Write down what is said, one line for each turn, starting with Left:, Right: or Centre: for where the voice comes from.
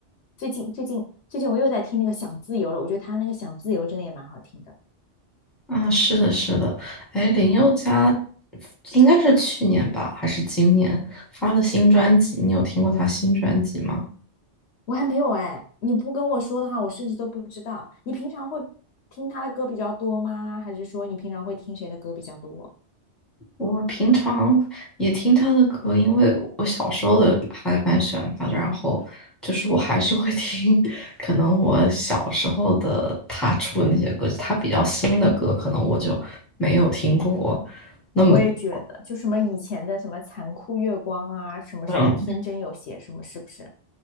Left: 最近最近最近我又在听那个《想自由》了，我觉得他那个《想自由》真的也蛮好听的。
Centre: 啊，是的，是的，哎，林宥嘉应该是去年吧，还是今年发了新专辑？你有听过他新专辑吗？
Left: 我还没有哎，你不跟我说的话，我甚至都不知道。你平常会听他的歌比较多吗？还是说你平常会听谁的歌比较多？
Centre: 我平常也听他的歌，因为我小时候的还蛮喜欢他的，然后就是我还是会 <laughs> 听，可能我小时候的他出的那些歌，就他比较新的歌，可能我就没有听过那么
Left: 我也觉得，
Centre: <laughs>，
Left: 就什么以前的什么残酷月光啊，什么什么天真有邪，
Centre: 嗯，
Left: 什么是不是